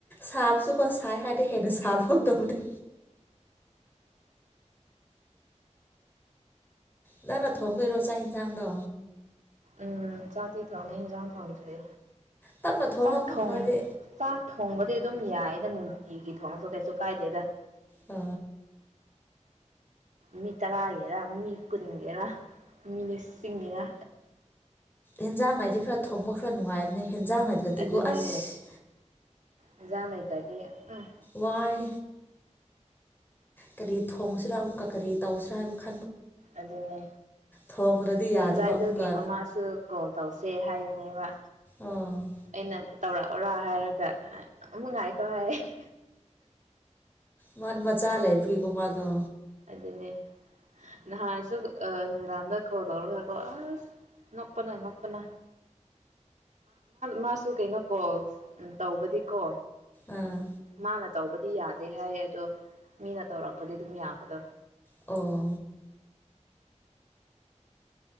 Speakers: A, on the left; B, on the right.
A: ꯁꯥꯕꯁꯨꯀꯣ ꯁꯥꯏ ꯍꯥꯏꯔꯗꯤ ꯍꯦꯟꯅ ꯁꯥꯕꯗꯧꯅ ꯇꯧꯕꯅꯦ ꯅꯪꯅ ꯊꯣꯡꯗꯣꯏꯔꯣ ꯆꯥꯛ ꯌꯦꯟꯁꯥꯡꯗꯣ
B: ꯎꯝ ꯆꯥꯇꯤ ꯊꯣꯡꯅꯤ ꯏꯟꯖꯥꯝ ꯊꯣꯡꯗꯔ꯭ꯤ
A: ꯇꯞꯅ ꯊꯣꯡꯉꯣ
B: ꯆꯥꯛ ꯊꯣꯡ
A: ꯅꯣꯏꯗꯤ
B: ꯆꯥꯛ ꯊꯣꯡꯕꯗꯤ ꯑꯗꯨꯝ ꯌꯥꯏꯗ ꯅꯨꯡꯇꯤꯒꯤ ꯊꯣꯡꯉꯁꯨ ꯀꯩꯁꯨ ꯀꯥꯏꯗꯦꯗ
A: ꯑ
B: ꯃꯤ ꯇꯔꯥꯒꯤꯔ ꯃꯤ ꯀꯨꯟꯒꯤꯔ ꯃꯤ ꯂꯤꯁꯤꯡꯒꯤꯔ
A: ꯏꯟꯖꯥꯡ ꯃꯥꯏꯗꯤ ꯈꯔ ꯊꯣꯡꯕ ꯈꯔ ꯅꯨꯡꯉꯥꯏꯕꯅꯦ ꯍꯦꯟꯖꯥꯡ ꯍꯥꯏꯗ꯭ꯔꯗꯤꯀꯣ
B: ꯑꯗꯨꯅꯦ
A: ꯑꯁ
B: ꯑꯦꯟꯁꯥꯡ ꯂꯩꯇꯥꯔꯗꯤ ꯎꯝ
A: ꯋꯥꯏ ꯀꯔꯤ ꯊꯣꯡꯁꯤꯔꯥ ꯑꯃꯨꯛꯀ ꯀꯔꯤ ꯇꯧꯁꯤꯔꯥ ꯍꯥꯏꯕ ꯈꯟ
B: ꯑꯗꯨꯅꯦ
A: ꯊꯣꯡꯗ꯭ꯔꯗꯤ ꯌꯥꯗꯕ
B: ꯅꯝꯖꯥꯏꯗꯨꯒꯤ
A: ꯑꯃꯨꯛꯀ
B: ꯃꯃꯥꯁꯨ ꯀꯣꯜ ꯇꯧꯁꯦ ꯁꯦ ꯍꯥꯏꯕꯅꯦꯕ
A: ꯑꯣ
B: ꯑꯩꯅ ꯑꯗꯨ ꯇꯧꯔꯛꯎꯔꯥ ꯍꯥꯏꯔꯒ ꯑꯃꯨꯛ ꯉꯥꯢꯈꯣ ꯍꯥꯏꯔꯛꯏ
A: ꯃꯥꯗꯤ ꯃꯆꯥ ꯂꯩꯕꯒꯤꯀꯣ ꯃꯥꯗꯤ ꯑꯗꯣ
B: ꯑꯗꯨꯅꯦ ꯅꯍꯥꯟꯁꯨ ꯅꯨꯡꯗꯥꯡꯗ ꯀꯣꯜ ꯇꯧꯔꯒꯀꯣ ꯑꯁ ꯅꯣꯛꯄꯅ ꯅꯣꯛꯄꯅ ꯃꯥꯁꯨ ꯀꯩꯅꯣ ꯀꯣꯜ ꯇꯧꯕꯗꯤꯀꯣ
A: ꯑꯥ
B: ꯃꯥꯅ ꯇꯧꯕꯗꯤ ꯌꯥꯗꯦ ꯍꯥꯏꯌꯦ ꯑꯗꯣ ꯃꯤꯅ ꯇꯧꯔꯛꯄꯗꯤ ꯑꯗꯨꯝ ꯌꯥꯕ ꯕꯗꯣ
A: ꯑꯣ